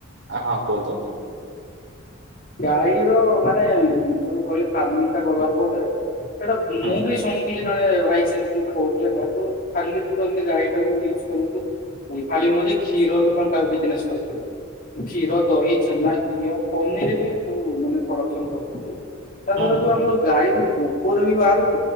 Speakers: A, on the right; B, on the left.
A: ହଁ। କୁହନ୍ତୁ।
B: ଗାଈର ମାନେ ଯୋଉ କହିଲେ ଫାର୍ମିଂ ଟା ଗଲା ପରେଡେ ଏଟା ବିଲେଇ
A: ହୁଁ
B: ବି ଶୁଣିଥିଲି। ଜଣେ ଭାଇ ସେମିତିତେ କହୁଥିଲେ ତ ତୁ ଖାଲି ତୁମିତି ଗାଈ ଟାକୁ ୟୁଜ କରୁ ଖାଲି ନୁହଁ କ୍ଷୀରରୁ ବିଜନେସ କରୁ କ୍ଷୀର ଦହି ଛେନା ଘିଅ କିରେ ବି ମାନେ ପ୍ରଡସନ କରଛନ୍ତି। ତାଲରୁ
A: ହୁଁ
B: ଆଉ ଗଈ ଗୋବର ବି ବାହାରୁଥ